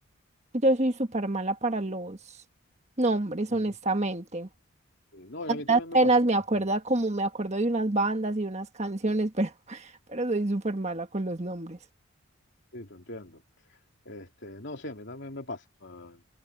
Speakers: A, on the right (about 30°); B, on the left (about 55°).
A: yo soy súper mala para los nombres,
B: Mm,
A: honestamente.
B: sí, No, y a mí también
A: Apenas
B: me pasa.
A: me acuerda
B: Sí,
A: como me acuerdo de unas bandas y unas canciones, pero, <laughs> pero soy súper mala con los nombres.
B: sí, te entiendo. Este, no, sí, a mí también me pasa. o sea,